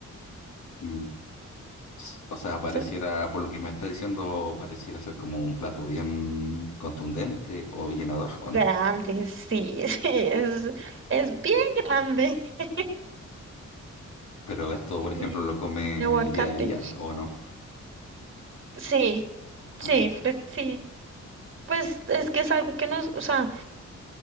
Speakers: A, on the left; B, on the right.
A: Mm, s- O sea, pareciera,
B: so-
A: por lo que me está diciendo, pareciera ser como un plato bien contundente o llenador, ¿o
B: Grande,
A: no?
B: sí, <laughs> sí, es, es bien grande. <laughs>
A: Pero esto, por
B: Y
A: ejemplo, lo comen
B: tiene aguacate.
A: en el día a día, ¿o no?
B: Sí,
A: Ajá.
B: sí, pues sí. Pues es que es algo que nos, o sea,